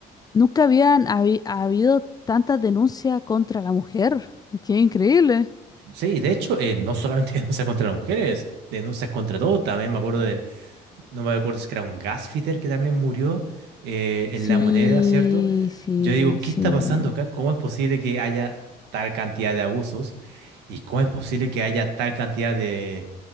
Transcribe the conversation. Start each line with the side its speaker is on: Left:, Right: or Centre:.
Left: nunca habían habi- habido tantas denuncias contra la mujer. Es que es increíble.
Right: Sí, de hecho, eh, no solamente <laughs> denuncias contra las mujeres, denuncias contra todo. También me acuerdo del, no me acuerdo si era un gasfitter que también murió eh, en
Left: Sí,
Right: La Moneda, ¿cierto?
Left: sí,
Right: Yo digo, ¿qué
Left: sí.
Right: está pasando acá? ¿Cómo es posible que haya tal cantidad de abusos? ¿Y cómo es posible que haya tal cantidad de,